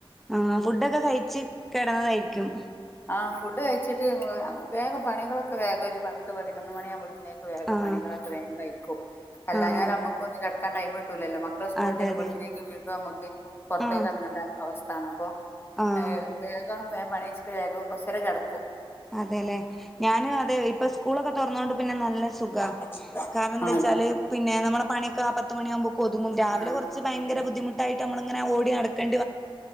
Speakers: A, in the centre; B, on the left.
A: ആ ഫുഡൊക്കെ കഴ <unintelligible> ക്കും
B: ആ ഫുഡ് കഴിച്ചിട്ട് വേഗം പണികളൊക്കെ വേഗം ഒരു പത്ത് പതിനൊന്ന് മണിയാവുമ്പോ വേഗം
A: ആഹ്
B: പണികളൊക്കെ വേഗം കഴിക്കും അല്ലാഞ്ഞാൽ
A: ആഹ്
B: നമുക്കൊന്ന് ക <unintelligible> ട്ടൂലല്ലോ മക്കളൾ സ്കൂൾ
A: അതെ
B: ട്ടെരുമ്പോ
A: അതെ
B: ക്കിനേക്ക് നമുക്ക് പുറത്തേക്ക്
A: ആഹ്
B: ഇറങ്ങേണ്ട അവസ്ഥ ണ് അപ്പൊ
A: ആഹ്
B: ഏ വേഗ വേ പണി എയ്ച്ച് വേഗം കുറച്ചേരം കെട
A: അതെല്ലെ ഞാന് അതെ ഇപ്പൊ സ്കൂളൊക്കെ തുറന്നൊണ്ട് പിന്നെ നല്ല സുഖാ
B: ഉം
A: കാരണം എന്താ
B: അതെ.
A: വച്ചാല് പിന്നെ നമ്മുടെ പണിയൊക്കെ ആപ്പ പത്ത് മണി ആകുമ്പോ ഒതുങ്ങും രാവിലെ
B: ആഹ്.
A: കുറച്ച് ഭയങ്കര
B: ഒതുങ്ങും.
A: ബുദ്ധിമുട്ടായിട്ട് നമ്മളിങ്ങനെ ഓ <unintelligible>